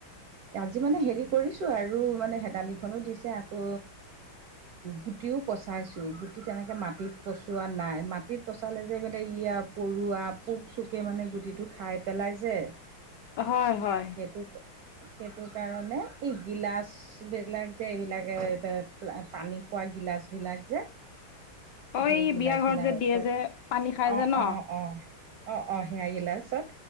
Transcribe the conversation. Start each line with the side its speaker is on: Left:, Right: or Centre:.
Right: আজি মানে হেৰি কৰিছো আৰু মানে হেদালিখনো দিছে আকৌ গুটিও পচাইছো গুটি তেনেকে মাটিত চোৱা নাই মাটিত পচালে যে মানে ইয়া পৰুৱা পোক চোকে মানে গুটিটো খাই পেলাই যে
Left: হয় হয়
Right: সেইটো সেইটো কাৰণে ই গিলাচ বিলাক যে, এইবিলাকে পানী খোৱা গিলাচ বিলাক যে
Left: অ'
Right: সেই
Left: এই
Right: গিলাচ
Left: বিয়া ঘৰত
Right: বিলাকত,
Left: যে দিয়ে যে পানী খাই
Right: অ-অ-অ
Left: যে ন?
Right: অ-অ, সেইয়া গিলাচত